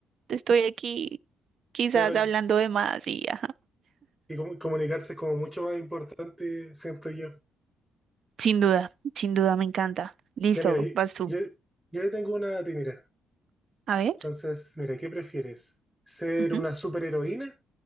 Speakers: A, on the right; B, in the centre.
A: estoy aquí quizás
B: claro,
A: hablando
B: y,
A: de más y ajá.
B: y comu- comunicarse es como mucho más importante, siento yo.
A: Sin duda, sin duda me encanta. Listo,
B: Ya mira, yo,
A: vas tú.
B: yo, yo tengo una a ti, mira.
A: A ver.
B: Entonces, mira, ¿qué prefieres? ¿Ser
A: ujú,
B: una superheroína,